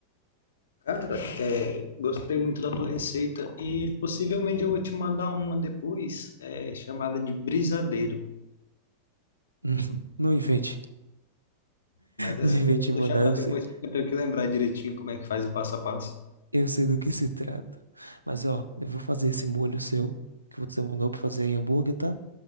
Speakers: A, on the left; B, on the right.
A: Cara, é, gostei muito da tua receita e possivelmente eu vou te mandar uma depois, é, chamada de brisadeiro.
B: <laughs> Não invente.
A: Mas essa
B: Não invente
A: eu vou
B: em mandar
A: deixar pra
B: eu
A: depois,
B: sei
A: porque eu tenho que lembrar direitinho como é que faz o passo a passo.
B: Eu sei do que se trata. Mas ó, eu vou fazer esse molho seu que você mandou pra fazer em hambúrguer, tá?